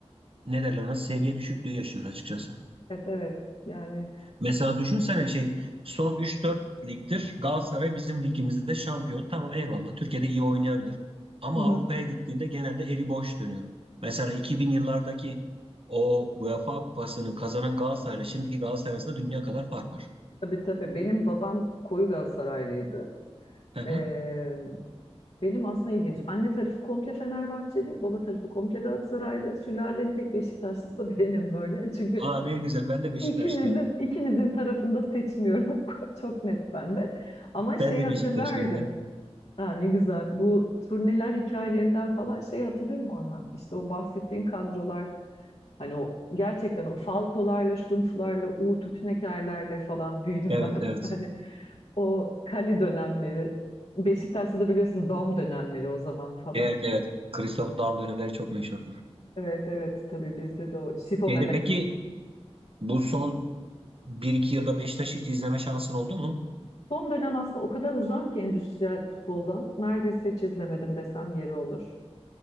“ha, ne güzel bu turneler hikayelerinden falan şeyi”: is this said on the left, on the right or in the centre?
Left